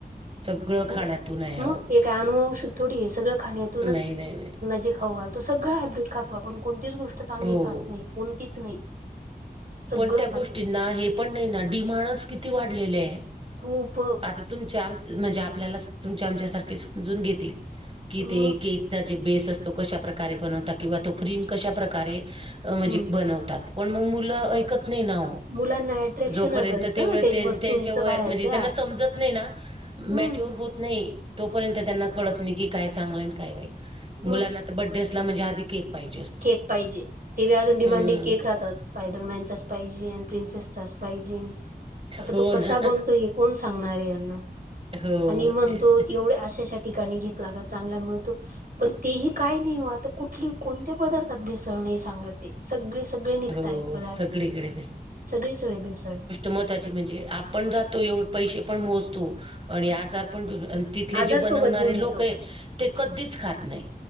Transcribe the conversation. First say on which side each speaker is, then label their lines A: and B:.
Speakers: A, on the right; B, on the right.
A: सगळं खाण्यातून
B: हो.
A: आहे
B: मग
A: आहो
B: हे काय अुवू शक ोडी हे सगळं खाण्यात
A: नाही नाही नाही
B: जे खाऊालो सगळ हायब्रिड खातो आपण कोणतीच गोष्ट चांगली
A: हो
B: खात नाही कोणतीच नाही सगळं
A: पण त्या
B: खातो.
A: गोष्टींना हे पण नाही ना डिमाांडच किती वाढलेले आहे
B: उप
A: आ तुम म्हणजे आपल्याला तुमच्या आमच्या सारख समजून घेतील कि
B: मग
A: ते केक जे बेस असतो कशा प्रकारे बनवतात किंवा तो क्रीम कशा प्रकारे म्हणजे
B: हं.
A: बनवतात पण मग मुलं ऐकत नाही ना
B: मुलांना अट्रॅक्शन
A: जोपर्यंत
B: होत असतं
A: तेवढ
B: ना ते वस्तूंचं
A: त्यांच्या व
B: बाहेरच्या.
A: म्हणजे त्यांना समजत नाही ना
B: हं.
A: मच होत नाही तोपर्यंत त्यांना कळत नाही की काय चांगलं काय
B: मग
A: मुलांना बड्डेसलाणजे आधी केक पाहिजे असतो
B: केक पाहिजे ते अजून डिमांडी
A: हम्म
B: केक राहतात पायडल मॅनचाच पाहिजे आणि प्रिन्सेसचाच पाहिजे आणि आता
A: हो
B: तो कसा
A: ना
B: बनतोय हे कोण सांगणार आहे यांना
A: हो
B: आणि म्हणतो
A: तेच तर.
B: एवढ्या आशासाठी ठिकाणी घेतला का चांगला मिळतो पण तेही काय नाही आता कुठली कोणत दर त दिस नाही सांगते सगळे सगळे निघताय
A: हो
B: पदारताय
A: सगळीकडे
B: सगळेचळे बेसळे
A: मताची म्हणजे आपण जातो एवढे पैसे पण मोजतो आणि आजार पण घेऊन तिथले
B: आजार
A: जे बनवणारे
B: सोबत जीवन येतो
A: लोक आहे ते कधीच खात नाही